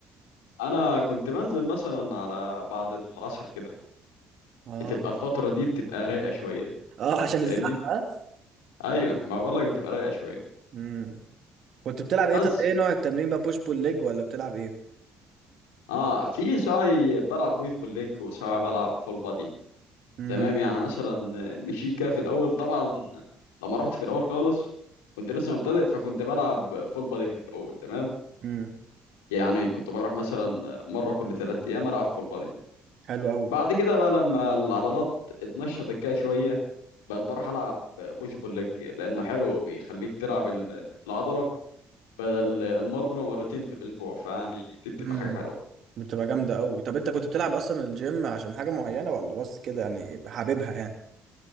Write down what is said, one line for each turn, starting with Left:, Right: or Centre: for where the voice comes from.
Left: انا كنت بنزل مثلا على بعد العصر كده
Right: اه
Left: بتبقى الفتره دي بتبقى رايقه شويه
Right: اه عشان الزحمه
Left: فاهمني
Right: ها؟
Left: ايوه ما بقول لك بتبقى رايقه شويه
Right: امم كنت بتلعب ايه
Left: بس
Right: طب ايه نوع التمرين بقى بوش بول ليج ولا بتلعب ايه
Left: اه في ساعي بلعب بوش بول ليج وساعي بلعب فول بادي
Right: امم
Left: تمام يعني مثلا مشيت كده في الاول طبعا لما رحت في الاول خالص كنت لسه مبتدئ فكنت بلعب فول بادي في الاول تمام
Right: امم
Left: يعني كنت بروح مثلا مره كل ثلاث ايام العب فول بادي
Right: حلو قوي
Left: بعد كده بقى لما العضلات اتنشطت كده شويه بقت بروح العب بوش بول ليج لانه حلو بيخليك تلعب ال- العضله بدل المره مرتين في الاسبوع فيعني دي بتبقى
Right: امم
Left: حاجه حلوه
Right: بتبقى جامده قوي طب انت كنت بتلعب اصلا الجيم عشان حاجه معينه ولا بس كده يعني حاببها يعني